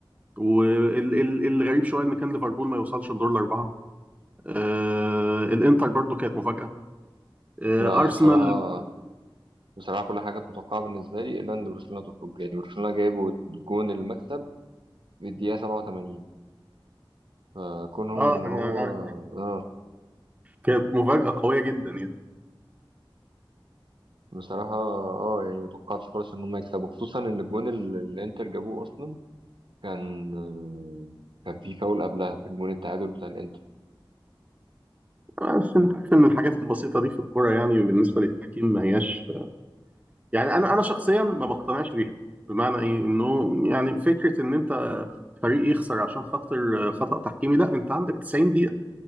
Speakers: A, on the right; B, on the right.
A: والغريب شوية إن كان ليفربول ما يوصلش لدور الأربعة آه الإنتر برضو كانت مفاجأة آه
B: لا
A: أرسنال
B: بصراحه بصراحه كل حاجه كانت متوقعه بالنسبه لي الا ان برشلونه تخرج يعني برشلونه جابوا جون المكسب في الدقيقه 87 فكونهم
A: اه
B: ان هو
A: أنا
B: اه
A: كانت مفاجأة قوية جدا يعني
B: بصراحه اه يعني ما توقعتش خالص ان هم يكسبوا خصوصا ان الجون اللي الانتر جابوه اصلا كان آه، كان في فاول قبلها الجون التعادل بتاع الانتر
A: آه، بس أنت عارف إن الحاجات البسيطة دي في الكورة يعني بالنسبة للتحكيم ما هياش يعني انا انا شخصيا ما بقتنعش بيها بمعنى ايه انه يعني فكره ان انت فريق يخسر عشان خاطر خطأ تحكيمي لا انت عندك 90 دقيقه